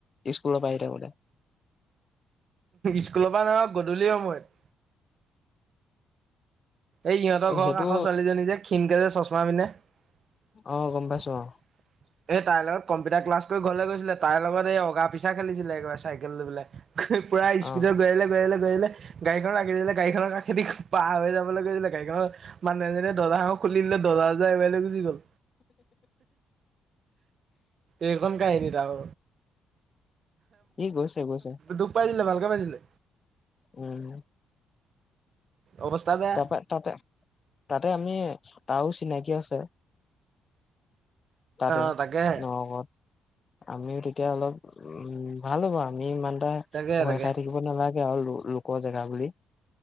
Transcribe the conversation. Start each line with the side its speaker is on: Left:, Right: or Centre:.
Left: স্কুলৰ পৰা আহি থাকোতে।
Right: স্কুলৰ পৰা নহয় গধূলি সময়ত। এই ইহঁতৰ ঘৰৰ
Left: সেইটো
Right: কাষৰ ছোৱালীজনী যে ক্ষীণকে যে চশমা পিন্ধনে।
Left: অ গম পাইছো অ
Right: এই তাইৰ লগত কম্পিউটাৰ ক্লাছ কৰি ঘৰলৈ গৈছিলে তাইৰ লগত এই অগা পিছা খেলিছিলে একেবাৰে চাইকেল লৈ পেলাই। পুৰা
Left: অ
Right: স্পীডত গৈআছিলে গৈআছিলে গ গাড়ীখনো আগেৰিে গাড়ীক খেদি। পাৰ হৈ যাবলৈ লৈছিলে গাড়ী খনৰ মানুহ জনে দজা খন খুলি দিলে দজা। যাই মলে গুজি গ'ল। এইখন কাই আহদি ত ব।
Left: ই গৈছে গৈছে
Right: দুখ পাইছিলিলে ভালকে পাইছিলে।
Left: উম।
Right: অৱস্থা বেয়া
Left: তাৰপ তাৰপৰা তাৰপৰা, আমি তাৰও চিনাকি আছে। তাতে,
Right: অ তাকেহে
Left: নগৱত আমিও তে। এতিয়া অলপ, উম ভাল হ'ব আমি ইমান এটা
Right: তাকে
Left: ভয়
Right: তাকে
Left: খাই থাকিব নালাগে। আৰু লোকোৱা জেগা বুলি।